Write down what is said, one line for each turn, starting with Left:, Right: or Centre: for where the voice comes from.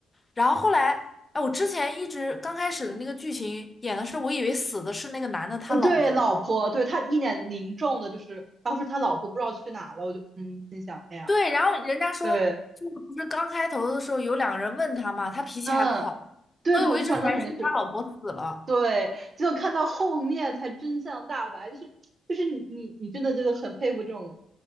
Left: 然后后来，哎，我之前一直刚开始的那个剧情演的是，我以为死的是那个男的他老婆。
Right: 嗯，对，老婆，对他一脸凝重的，就是当时他老婆不知道去哪了，我就嗯心想，哎呀，
Left: 对，然后人家说，
Right: 对，
Left: 就是不是刚开头的时候有两个人问他嘛，他脾气还不好，
Right: 嗯，对对，
Left: 所以我一直怀疑是不是他老婆死了。
Right: 我就想那肯定是对，只有看到后面才真相大白，就是就是你你你真的就是很佩服这种